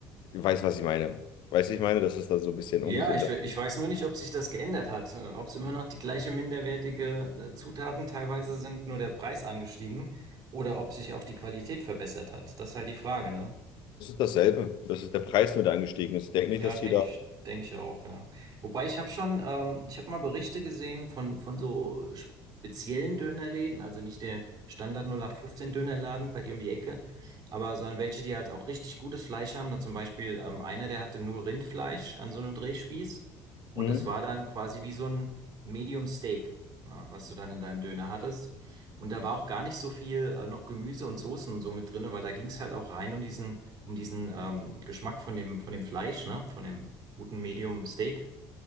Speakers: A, on the left; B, on the right.
A: weiß, was ich meine. Weißt du, ich meine, das ist dann so ein bisschen
B: Ja,
A: ungesünder.
B: ich, we- ich weiß nur nicht, ob sich das geändert hat, äh, ob es immer noch die gleiche minderwertige äh, Zutaten teilweise sind, nur der Preis angestiegen oder ob sich auch die Qualität verbessert hat. Das ist halt die Frage, ne?
A: Es ist dasselbe. Das ist der Preis nur, der angestiegen ist. Ich denke nicht,
B: Ja,
A: dass
B: denke
A: die da.
B: ich, denke ich auch, ja. Wobei ich habe schon, ähm, ich habe mal Berichte gesehen von, von so speziellen Dönerläden, also nicht der Standard 0815 Dönerladen bei dir um die Ecke, aber sondern welche, die halt auch richtig gutes Fleisch haben. Da zum Beispiel ähm, einer, der hatte nur Rindfleisch an so einem Drehspieß und
A: Mhm.
B: das war dann quasi wie so ein Medium Steak, ja, was du dann in deinem Döner hattest. Und da war auch gar nicht so viel äh, noch Gemüse und Soßen und so mit drinne, weil da ging es halt auch rein um diesen um diesen ähm, Geschmack von dem, von dem Fleisch, ne? Von dem guten Medium Steak.